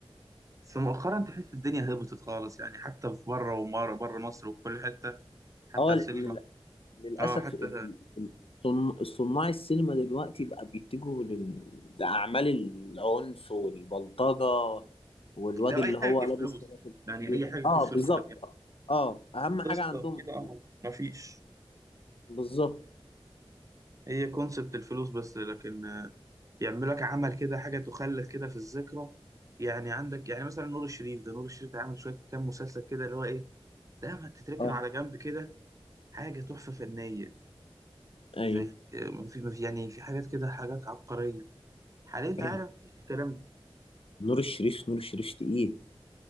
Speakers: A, on the right; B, on the left.
A: بس مؤخرا تحس الدنيا هبطت خالص يعني حتى في بره ومره بره مصر وفي كل حته حتى
B: اه
A: في السينما
B: للأسف
A: اه حتى
B: ال- ال- صن- صناع السينما دلوقتي بقى بيتجهوا لل- لأعمال العنف والبلطجة والواد
A: لو
B: اللي
A: اي حاجه
B: هو
A: تجيب
B: لابس
A: فلوس
B: سلاحف
A: يعني
B: كتير
A: اي حاجه تجيب
B: اه
A: فلوس
B: بالظبط
A: لكن
B: اه أهم حاجة
A: قصه
B: عندهم
A: وكده
B: الفلوس
A: اه مفيش
B: بالظبط
A: هي كونسبت الفلوس بس لكن آه، يعملوا لك عمل كده حاجه تخلد كده في الذكرى يعني عندك يعني مثلا نور الشريف ده نور الشريف ده عامل شويه كام مسلسل كده اللي هو ايه ده ما تتركنوا
B: اه
A: على جنب كده حاجه تحفه فنيه
B: ايوه
A: زي آه، ما في ما في يعني في حاجات كده حاجات عبقريه حاليا انت
B: ايوه
A: عارف مفيش الكلام
B: نور الشريف نور الشريف تقيل